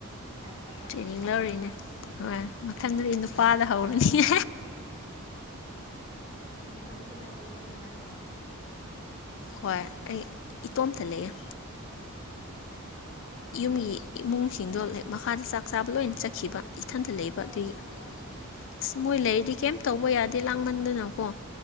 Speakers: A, on the left; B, on the left.
A: ꯈꯥꯏꯅꯕ
B: ꯇ꯭ꯔꯦꯅꯤꯡ ꯂꯧꯔꯏꯅꯦ ꯍꯣꯏ ꯃꯊꯪꯗꯗꯤ ꯅꯨꯄꯥꯗ ꯍꯧꯔꯅꯤꯍꯦ
A: ꯏꯇꯣꯝꯇ ꯂꯩꯔꯣꯕꯅꯥꯒꯅ
B: ꯍꯣꯏ ꯑꯩ ꯏꯇꯣꯝꯇ ꯂꯩꯑꯦ ꯌꯨꯝꯒꯤ ꯏꯃꯨꯡꯁꯤꯡꯗꯣ ꯂꯥꯏꯛ ꯃꯈꯥꯗ ꯆꯥꯛ ꯆꯥꯕ ꯂꯣꯏꯅ ꯆꯠꯈꯤꯕ ꯏꯊꯟꯇ ꯂꯩꯕ
A: ꯑꯣ
B: ꯑꯗꯨꯗꯒꯤ ꯑꯁ ꯃꯣꯏ ꯂꯩꯗꯤ ꯀꯩꯝ ꯇꯧꯕ ꯌꯥꯗꯦ ꯂꯥꯡꯃꯟꯗꯅꯀꯣ